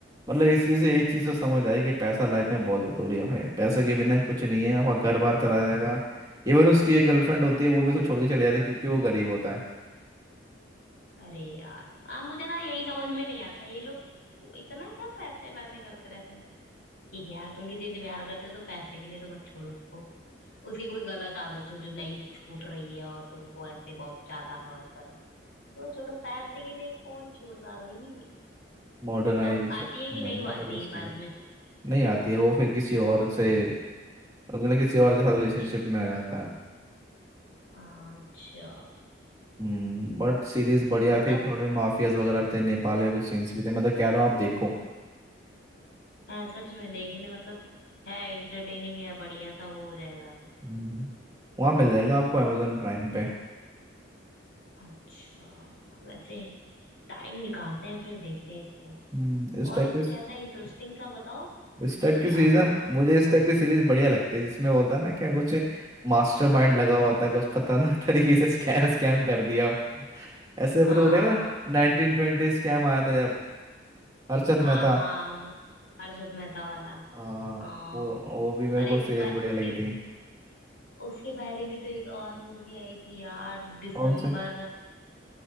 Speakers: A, on the right; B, on the left.
A: मतलब इसी से एक चीज़ तो समझ आई कि पैसा लाइफ में बहुत ज़रूरी है भाई पैसे के बिना कुछ नहीं है आपका घर बार चला जाएगा इवन उसकी एक गर्लफ्रेंड होती है वो भी उसको छोड़ के चले जाती है क्योंकि वो गरीब होता है
B: अरे यार आ, मुझे ना यही समझ में नहीं आता ये लोग तो इतना क्या पैसे पैसे करते रहते हैं ठीक है यार तुम किसी से प्यार करते हो तो पैसे के लिए तो मत छोड़ो उसको उसकी कोई गलत आदत हो जो नहीं छूट रही है और तुमको ऐसे बहुत ज्यादा हर्ट कर रहा है तो छोड़ो पैसे के लिए कौन छोड़ता है भाई
A: मॉडर्नाइजेशन
B: तो आती है कि
A: भाई
B: नहीं वो
A: मॉडर्निस्टिक
B: आती है बाद
A: है
B: में
A: नहीं आती है वो फिर किसी और से मतलब किसी और के साथ रिलेशनशिप
B: शादी के
A: में आ जाता है
B: अच्छा
A: हम्म बट
B: सही
A: सीरीज बढ़िया
B: है मतलब
A: थी थोड़े माफियाज वगैरह भी थे नेपाल के कुछ सीन्स भी थे मैं तो कह रहा हूँ आप देखो
B: है सच में देखने मतलब है एंटरटेनिंग है बढ़िया सा वो हो जाएगा
A: हम्म, वहाँ मिल जाएगा आपको अमेजोन
B: हम्म।
A: प्राइम पे
B: अच्छा वैसे टाइम निकालते हैं फिर देखते हैं इसको
A: हम्म, इस
B: और
A: टाइप
B: कुछ
A: के
B: ऐसा इंटरेस्टिंग सा बताओ
A: इस टाइप
B: जो
A: की
B: याद
A: सीरीज
B: आ
A: है
B: रहा हो
A: मुझे इस टाइप की सीरीज बढ़िया लगती है जिसमें बोलता है ना क्या कुछ मास्टरमाइंड लगा हुआ था कुछ खतरनाक <laughs> तरीके से स्कैम स्कैम कर दिया हो। ऐसे
B: हाँ
A: फिर वो देखा था नाइनटीन ट्वेंटी स्कैम आया था जब हर्षद
B: हाँ
A: मेहता
B: हाँ वो हर्षद मेहता वाला
A: हाँ
B: हाँ
A: वो वो भी मेरे
B: और
A: को
B: एक
A: सीरीज
B: प-
A: बढ़िया
B: उसके
A: लगी थी
B: उसके पहले भी तो एक और मूवी आई थी यार दिसंबर
A: कौन से